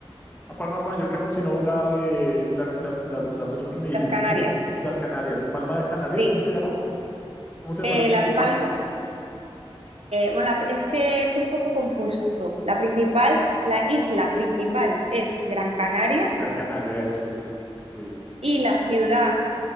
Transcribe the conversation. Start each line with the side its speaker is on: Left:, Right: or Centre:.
Left: A Palma de Mallorca no, sino la de la- las, las, las otras que me dijiste,
Right: las Canarias.
Left: ¿cómo se llama? Las Canarias. Palma de Canarias,
Right: Sí,
Left: ¿cómo se llama? ¿Cómo se
Right: Eh,
Left: llama la principal?
Right: Las Palmas, bueno, la- es que es un poco confuso. La principal,
Left: Ok.
Right: la isla principal es Gran Canaria
Left: Gran Canaria, eso, eso. Sí.
Right: y la ciudad